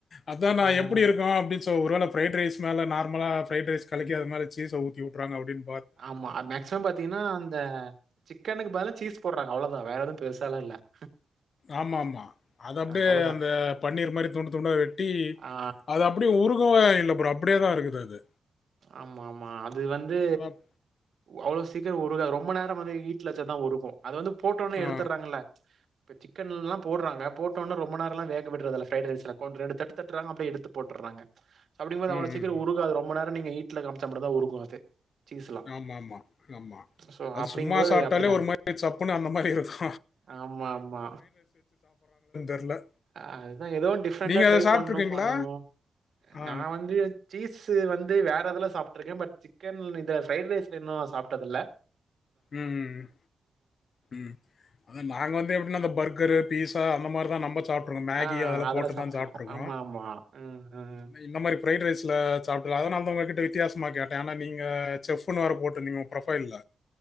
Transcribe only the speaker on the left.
அதா நா
எப்டி இருக்கு அப்டின் சொ ஒருவேள ஃபிரைட் ரைஸ் மேல நார்மலா ஃபிரைட் ரைஸ் கலக்கி அதுமேல சீஸ ஊத்தி வுட்றாங்க அப்டின்
ஆமா ஆமா அது
அப்டியே
அந்த பன்னீர் மாரி துண்டு துண்டா வெட் டி
அது அப்டியே உருகவலா இல்ல அப்டியே தா இருக்குது அது
அதான்
ஆ
ம்
ம் ம்.
ஆமா ஆமா ஆமா
அது
சும்மா சாப்ட்டாலே
ஒரு
மாரி சப்புன்னு அந்த மாரி இருக்கு
தெரில
நீங்க
அத சாப்பிட்டுருக்கீங்களா?
ஆ.
ம் ம் ம் ம் அது நாங்க வந்து எப்டினா அந்த பர்கரு பீஸ் சா அந்த மாரி தா நம்ம ச சாப்ட்ருக்கோ மேகி
அதல்லா
போட்டு
தா சாப்ட்ருக்கோ
இந்த மாரி ஃபிரைட் ரைஸுல சாப் இல்ல அதுனாலதா உங்க கிட்ட வித்தியாசமா கேட்டே ஏன்னா நீங்க செஃப்ன்னு வேர போட்ருந்தீங்க ஒங் ப்ரொஃபைல்ல